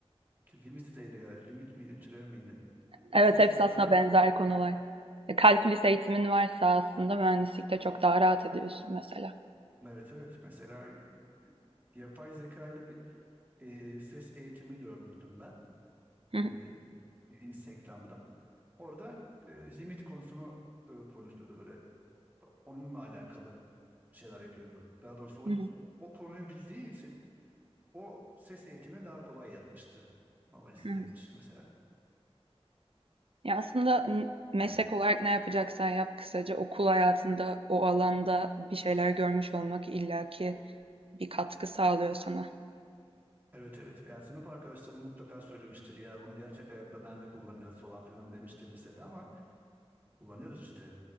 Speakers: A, on the right; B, on the right.
A: limit değeri, yani limit miydi, türev miydi?
B: Evet,
A: Ses
B: hepsi
A: dosyalarıyla
B: aslında benzer konular.
A: evet,
B: E, kalkülüs eğitimin varsa aslında mühendislikte çok daha rahat ediyorsun mesela.
A: evet, evet. Mesela e, yapay zeka ile bir e, ses eğitimi görmüştüm ben.
B: Hı hı.
A: e, Instagram'da. Orada e, limit konusunu e, konuşuyordu böyle. Onunla alakalı şeyler yapıyordu. Daha doğrusu o,
B: Hı hı.
A: o konuyu bildiği için o ses eğitimi daha kolay yapmıştı. Ama izlediğim
B: Hı hı.
A: kişi mesela.
B: Ya aslında n- meslek
A: Yani
B: olarak ne yapacaksan yap kısaca okul hayatında o alanda bir şeyler görmüş olmak illaki bir katkı sağlıyor sana.
A: evet evet. Yani sınıf arkadaşlarım mutlaka söylemiştir. Ya bunu gerçek hayatta nerede kullanacağız falan filan demiştir lisede ama kullanıyoruz işte.